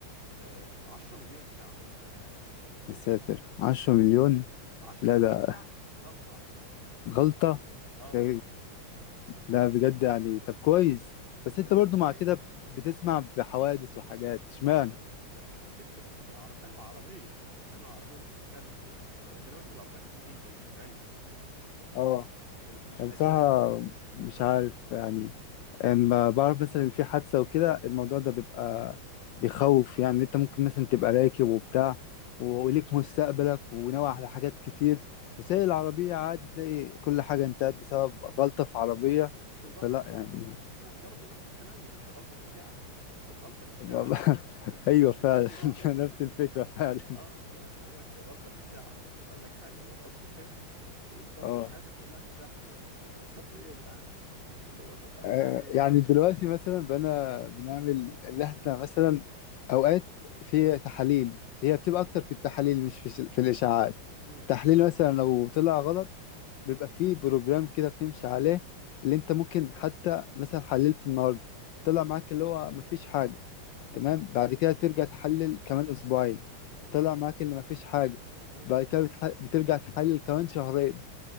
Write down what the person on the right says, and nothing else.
آه، 10 مليون ساعه
10
مليون
ساعه غلطه واحده
اه والله
انت
متخيل
اه لا بس انت ما انت بتفرق انت عرب انه عربيه انه عربيه انت بتتكلم فيها انا بكلمك في العربيات الجديده اللي بتتعمل
اللي- مش
القديمه
مم.
بالظبط
<laughs> بالظبط وبرضه نفس الكلام انت غلطه باشاعه <laughs> غلطه باشاعه
<laughs>
كله
راح
اه والله لو انت غلطه باشاعه الدكتور قال لك حاجه وهو قصده خير وانت راحت
حياتك كلها اتفشخت يعني فطب <laughs> ايه يا جدعان اللي هو طب انا
ذنبي ايه
طيب
مم.
مم.
مم.
مم.
مم.
مم.